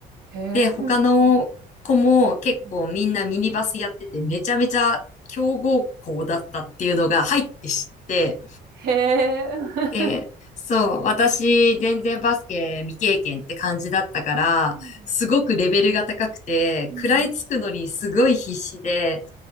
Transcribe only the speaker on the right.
へえうんうん
うん
へえ
<laughs>
うん
うん